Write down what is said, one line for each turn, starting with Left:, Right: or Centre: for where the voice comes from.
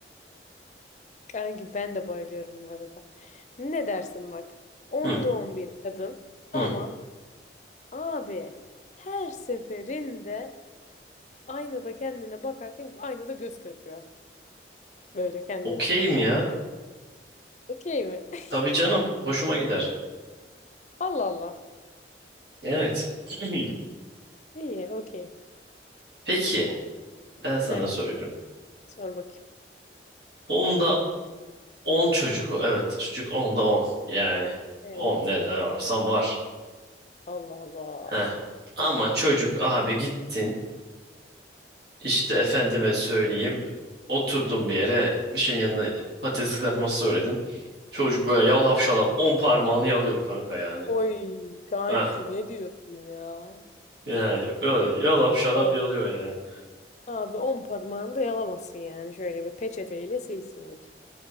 Left: Kanki ben de bayılıyorum bu arada. Ne dersin bak? Onda
Right: Hı
Left: on bir kadın
Right: hı.
Left: ama abi her seferinde aynada kendine bakarken aynada göz kırpıyor. Böyle kendine.
Right: Okeyim ya.
Left: Okey mi? <laughs>
Right: Tabii canım. Hoşuma gider.
Left: Allah Allah.
Right: Evet. <clears throat>
Left: İyi, okey.
Right: Peki ben sana
Left: Heh,
Right: soruyorum.
Left: sor bakayım.
Right: onda 10 çocuk o. Evet çocuk onda on Yani
Left: Evet.
Right: on ne ne varsan var.
Left: Allah Allah.
Right: Heh. Ama çocuk abi gittin. İşte efendime söyleyeyim. Oturdun bir yere bir şeyin yanına patates kızartması söyledin. Çocuk böyle yalap şalap 10 parmağını yalıyor kanka yani.
Left: Oy kanki
Right: Hah.
Left: ne diyorsun ya?
Right: Yani böyle yalap şalap
Left: Abi,
Right: yalıyor yani.
Left: abi on parmağını da yalamasın yani. Şöyle bir peçeteyle silsin lütfen.